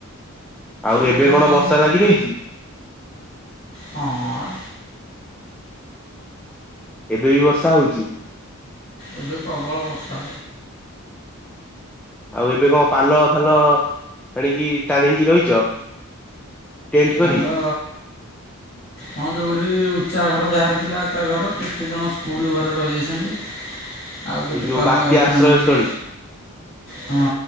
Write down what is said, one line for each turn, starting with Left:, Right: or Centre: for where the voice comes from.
Centre: ଆଉ
Left: ପବନ
Centre: ଏବେ କଣ
Left: ଯେମିତି
Centre: ବର୍ଷା ଲାଗି ରହିଛି?
Left: ହଁ ଅ ରା
Centre: ଏବେ ବି ବର୍ଷା ହଉଛି।
Left: ଏବେ ପ୍ରବଳ ବର୍ଷା।
Centre: ଆଉ ଏବେ କଣ ପାଲ ଫାଲ ଆଣିକି ଟାଣିକି ରହିଛ? ଟେଣ୍ଟ
Left: ପାଲା
Centre: କରି
Left: ହ ଯୋରି ଉ ଚା ଘର ଯାହାର ଥିଲା ତା ଘର କେତେ ଜଣ ସ୍କୁଲ ଘରେ ରହିଯାଇଛନ୍ତି। ଆଉ କେତେ
Centre: ଏଇ ଯୋଉ
Left: ପାଲ
Centre: ବାତ୍ୟା
Left: ଟାଣିକି
Centre: ଆଶ୍ରୟସ୍ଥଳୀ।
Left: ହଁ